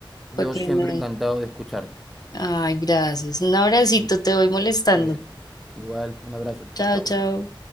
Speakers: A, in the centre; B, on the left.
A: Yo
B: Porque
A: siempre
B: me...
A: encantado de escucharte.
B: Ay, gracias. Un abracito,
A: Listo,
B: te voy molestando.
A: cuídate. Igual, un abrazo. Chao,
B: Chao,
A: chao.
B: chao.